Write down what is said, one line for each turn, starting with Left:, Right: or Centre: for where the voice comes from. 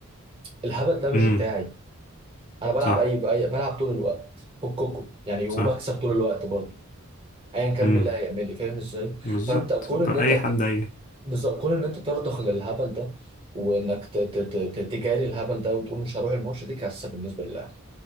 Right: الهبل ده مش
Left: امم
Right: بتاعي انا بلعب
Left: صح
Right: اي بأي بلعب طول الوقت فككم يعني وبكسب
Left: صح
Right: طول الوقت برضه ايا كان
Left: امم
Right: بالله هيعمل لي فاهم ازاي
Left: بالظبط
Right: فانت كون
Left: بأي
Right: ان انت ت-
Left: حد هيجي
Right: بالظبط كون ان انت ترضخ للهبل ده وانك ت- ت- ت- ت- تجاري الهبل ده وتقول مش هروح الماتش دي كارثه بالنسبه للاهلي